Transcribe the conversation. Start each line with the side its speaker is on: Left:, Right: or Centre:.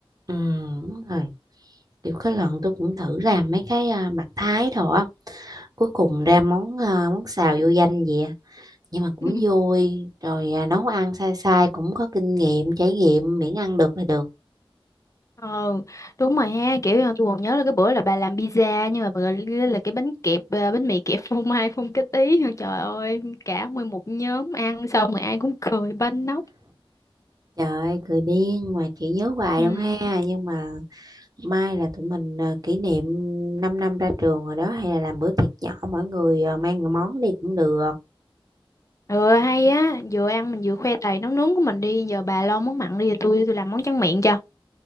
Right: ừ đúng rồi kiểu cái lần tôi cũng thử làm mấy cái à, mặt thái thôi á cuối cùng ra món à, món xào vô danh vậy á. nhưng mà cũng
Left: <laughs>
Right: vui rồi à, nấu ăn sai sai cũng có kinh nghiệm trải nghiệm miễn ăn được là được
Left: Ờ, đúng rồi ha, kiểu là tôi còn nhớ là cái bữa là bà làm pizza nhưng mà bà gọi là là cái bánh kẹp à, bánh mì kẹp phô mai phun cái tí. <laughs> Trời ơi, cả nguyên một nhóm ăn xong rồi ai cũng cười banh nóc.
Right: trời ơi, cười điên mà chỉ nhớ hoài
Left: Ừ.
Right: luôn ha nhưng mà mai là tụi mình à, kỷ niệm 5 năm ra trường rồi đó hay là làm bữa tiệc nhỏ mỗi người à, mang món đi cũng được
Left: Ừ hay á, vừa ăn mình vừa khoe tài nấu nướng của mình đi, giờ bà lo món mặn đi rồi tôi tôi làm món tráng miệng cho.